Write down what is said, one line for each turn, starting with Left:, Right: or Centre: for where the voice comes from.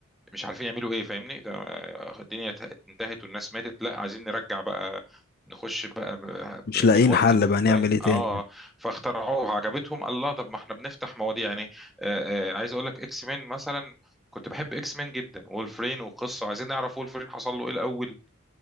Centre: مش عارفين يعملوا ايه فاهمني ده- آه، الدنيا ته- انتهت والناس ماتت لا عايزين نرجع بقى نخش بقى ب- ب-
Left: مش لاقيين
Centre: بالوقت
Left: حل
Centre: بالتايم
Left: بقى نعمل ايه تاني
Centre: اه فاخترعوها عجبتهم الله طب ما احنا بنفتح مواضيع يعني آه آه عايز اقول لك اكس مين مثلا كنت بحب اكس مين جدا وولفرين وقصه عايزين نعرف وولفرين حصل له ايه الاول